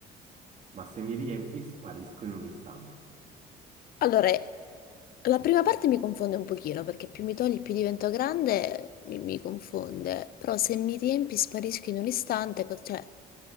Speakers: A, on the right; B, on the left.
A: Ma se mi riempi, sparisco in un istante.
B: Allora, la prima parte mi confonde un pochino perché più mi togli, più divento grande, mi, mi confonde. Però se mi riempi sparisco in un istante, co- cioè